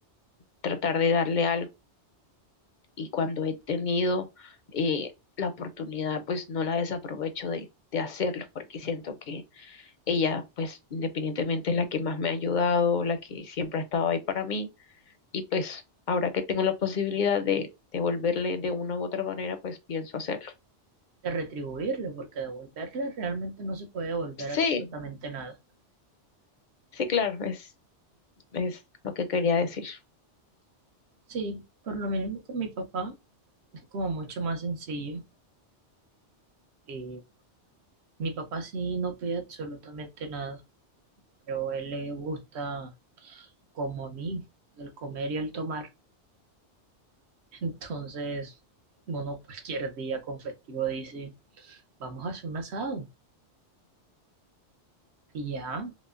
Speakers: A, on the left; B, on the right.
A: tratar de darle algo y cuando he tenido eh, la oportunidad, pues no la desaprovecho de, de hacerlo porque siento que Ella, pues, independientemente es la que más me ha ayudado, la que siempre ha estado ahí para mí. Y pues, ahora que tengo la posibilidad de devolverle de una u otra manera, pues pienso hacerlo.
B: de retribuirle, porque devolverle realmente no se puede devolver
A: Sí,
B: absolutamente nada.
A: sí, claro, es, es lo que quería decir.
B: Sí, por lo mismo con mi papá es como mucho más sencillo. Eh, mi papá sí no pide absolutamente nada, pero a él le gusta, como a mí, el comer y el tomar. <laughs> Entonces, uno cualquier día con festivo dice, vamos a hacer un asado. Y ya,